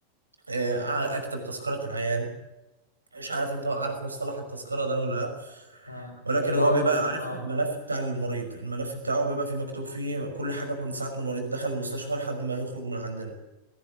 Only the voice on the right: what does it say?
آه، اكتب تذكرة العيان مش عارف انت عارف مصطلح التذكرة ده ولا لا
ولكن
هو
بيبقى عارف
الملف بتاع المريض الملف بتاعه بيبقى فيه مكتوب فيه كل حاجة من ساعة ما المريض دخل المستشفى لحد ما يخرج من عندنا